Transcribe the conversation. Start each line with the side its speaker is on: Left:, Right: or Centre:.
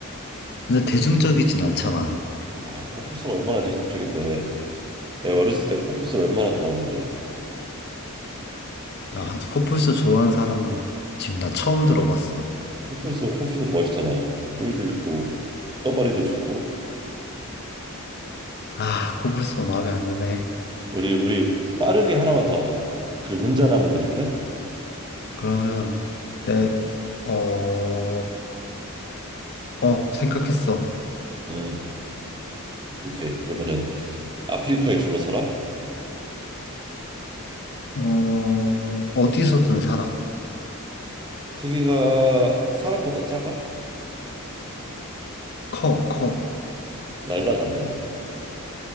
Left: 근데 대중적이진 않잖아.
Right: 아, 코뿔소가 얼마나 대중적인데. 내가 어렸을 때 코뿔소를 얼마나 좋아했는데.
Left: 나 코뿔소 좋아하는 사람은 지금 나 처음 들어봤어.
Right: 코뿔소, 코뿔소 멋있잖아. 뿔도 있고 떠다리도 좋고.
Left: 아, 코뿔소 마음에 안 드네.
Right: 우리 우리 빠르게 하나만 더 하자. 그 문제 하나만 내줄래?
Left: 그러면, 내, 어, 어, 생각했어.
Right: 음, 오케이. 그러면은 아프리카에 주로 살아?
Left: 어, 어디서든 살아.
Right: 크기가 사람보다 작아?
Left: 커, 커.
Right: 날라다녀?